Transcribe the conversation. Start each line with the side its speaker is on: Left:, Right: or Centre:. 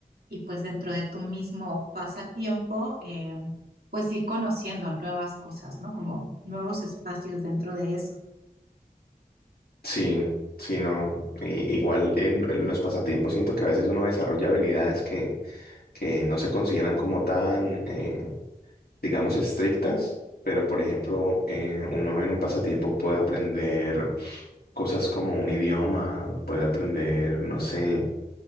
Right: y pues dentro de tu mismo pasatiempo, eh, pues ir conociendo nuevas cosas, ¿no? Como nuevos espacios dentro de eso.
Left: Sí, sí, no. i- Igual en, en los pasatiempos siento que a veces uno desarrolla habilidades que que no se consideran como tan, eh, digamos, estrictas, pero por
Right: Ujú.
Left: ejemplo, eh, uno en un pasatiempo puede aprender cosas como un idioma, puede aprender, no sé,